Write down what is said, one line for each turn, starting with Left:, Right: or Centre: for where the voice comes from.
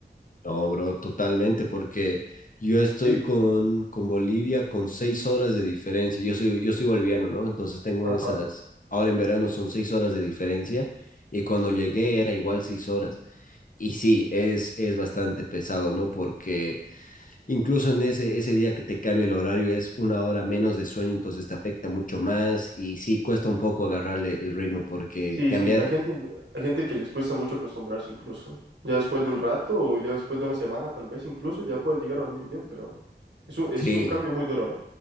Left: No, bro, totalmente, porque yo estoy
Right: Sí,
Left: con, con Bolivia con seis horas de diferencia. Yo soy, yo soy boliviano, ¿no? Entonces tengo
Right: ajá.
Left: esas, ahora en verano son seis horas de diferencia y cuando llegué era igual seis horas. Y sí, es, es bastante pesado, ¿no? Porque incluso en ese, ese día que te cambia el horario es una hora menos de sueño, entonces te afecta mucho más y sí, cuesta un poco agarrarle el ritmo porque
Right: Sí,
Left: cambiar,
Right: sí, hay gente, hay gente que les cuesta mucho acostumbrarse incluso. Ya después de un rato o ya después de una semana, tal vez incluso ya puedes llegar a dormir bien, pero es un, es
Left: sí,
Right: un cambio muy duro, ¿eh?